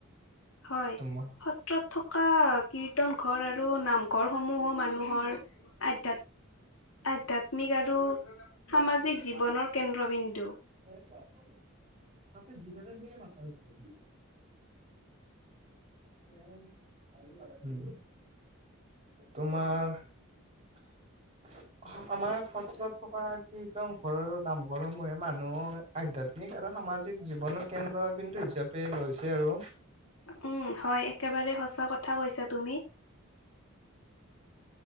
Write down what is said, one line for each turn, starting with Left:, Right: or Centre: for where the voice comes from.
Left: হয়,
Right: তোমাৰ
Left: সত্ৰত থকা কীৰ্তনঘৰ আৰু নামঘৰসমূহো মানুহৰ আধ্যাত-আধ্যাত্মিক আৰু সামাজিক জীৱনৰ কেন্দ্ৰবিন্দু।
Right: <inaudible> হম। তোমাৰ <inaudible> আমাৰ সত্ৰত থকা কীৰ্তনঘৰৰ, নামঘৰসমূহে মানুহ আধ্যাত্মিক আৰু সামাজিক জীৱনৰ কেন্দ্ৰবিন্দু হিচাপে লৈছে আৰু
Left: উম হয়, একেবাৰে সঁচা কথা কৈছা তুমি